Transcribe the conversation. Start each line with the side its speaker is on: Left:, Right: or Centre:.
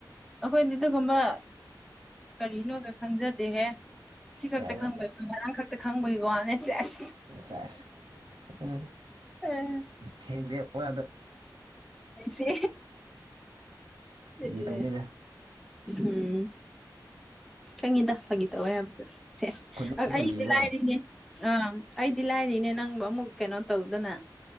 Centre: ꯑꯈꯣꯏꯗꯤ ꯗꯨꯒꯨꯝꯕ ꯀꯔꯤꯅꯣꯒ ꯈꯪꯖꯗꯦꯍꯦ ꯁꯤ
Right: ꯆꯥꯕ
Centre: ꯈꯛꯇ ꯈꯪꯕꯒꯤ ꯉꯔꯥꯡ ꯈꯛꯇ ꯈꯪꯕꯒꯤ ꯋꯥꯅꯦ ꯁꯦꯁ
Right: ꯢꯁꯦꯁ ꯎꯝ
Centre: ꯑꯦ
Right: ꯊꯦꯡꯗꯦ <unintelligible>
Centre: ꯑꯦꯁꯦ <unintelligible>
Right: ꯐꯥꯒꯤ ꯇꯧꯕꯅꯤꯗ
Centre: ꯎꯝ ꯈꯪꯉꯤꯗ ꯐꯥꯒꯤ ꯇꯧꯋꯦ ꯍꯥꯏꯕꯁꯨ
Right: ꯈꯨꯟꯗ
Centre: ꯑꯛ
Right: ꯑꯗꯨꯝ
Centre: ꯑꯩꯒꯤꯗꯤ
Right: ꯂꯩꯕ꯭ꯔꯣ
Centre: ꯂꯥꯏꯔꯤꯅꯦ ꯑꯝ ꯑꯩꯗꯤ ꯂꯥꯏꯔꯤꯅꯦ ꯅꯪꯕꯨ ꯑꯃꯨꯛ ꯀꯩꯅꯣ ꯇꯧꯗꯅ